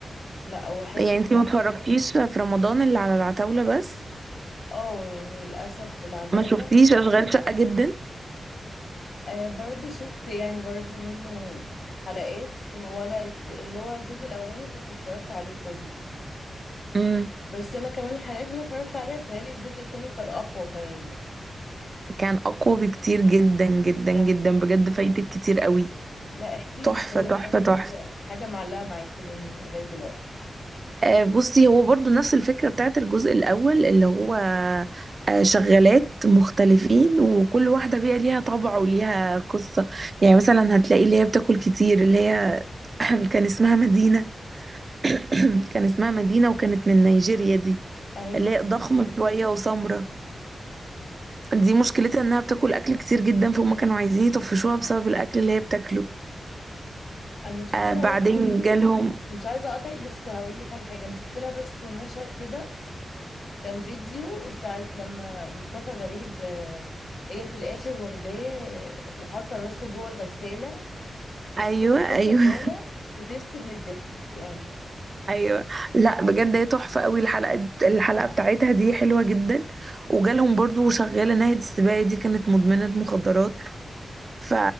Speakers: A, on the left; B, on the right.
A: لا هو حلو
B: يعني انت ما اتفرجتيش في رمضان اللي على العتاوله بس
A: اه يعني للأسف العتاولة
B: ما شفتيش اشغال شقه جدا
A: آه برضو شفت يعني برضو منه حلقات هو أنا الت- اللي هو الجزء الأولاني كنت اتفرجت عليه كله
B: امم
A: بس أنا كمان الحلقات اللي أنا اتفرجت عليها بتهيألي الجزء التاني كان أقوى كمان يعني
B: كان اقوى بكتير جدا جدا
A: اه
B: جدا بجد فايتك كتير قوي
A: لا احكي
B: تحفه
A: لي طيب
B: تحفه
A: حاجة
B: تحفه
A: كده حاجة معلقة معاكي منه لغاية دلوقتي
B: آه، بصي هو برضو نفس الفكرة بتاعت الجزء الأول اللي هو آه، شغالات مختلفين وكل واحدة بقى ليها طبع وليها قصة يعني مثلا هتلاقي اللي هي بتاكل كتير اللي هي <clears throat> كان اسمها مدينة <clears throat> كان اسمها مدينة وكانت من نيجيريا دي
A: ايوه
B: اللي هي ضخمة شوية وسمرة دي مشكلتها انها بتاكل اكل كتير جدا فهم كانوا عايزين يطفشوها بسبب الاكل اللي هي بتاكله
A: أنا شفت
B: آه
A: لها
B: بعدين
A: بس
B: جالهم
A: مش عايزة أقطعك بس هقول لك على حاجة أنا شفت لها بس مشهد كده كان فيديو ساعة لما مصطفى غريب آه، هي في الآخر واخداه وحاطة راسه جوه الغسالة وفي
B: ايوه
A: أغنية
B: ايوه
A: شغالة
B: <laughs>
A: بتست من الضحك يعني
B: ايوه لا بجد هي تحفه قوي الحلقه الحلقه بتاعتها دي حلوه جدا وجالهم برضو شغاله ناهد السباعي دي كانت مدمنه مخدرات ف...